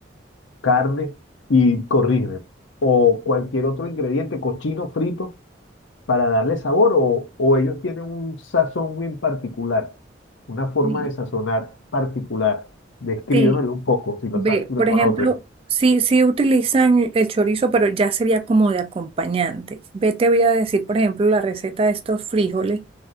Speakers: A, on the left; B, on the right.
A: carne y corrígeme, o cualquier otro ingrediente, cochino frito para darle sabor o, o ellos tienen un sazón en particular, una forma
B: Sí.
A: de sazonar particular. Descríbemelo
B: Sí.
A: un poco si lo,
B: Ve,
A: sa- si lo
B: por
A: conoces.
B: ejemplo, sí, sí utilizan el chorizo, pero ya sería como de acompañante. Ve, te voy a decir, por ejemplo, la receta de estos frijoles.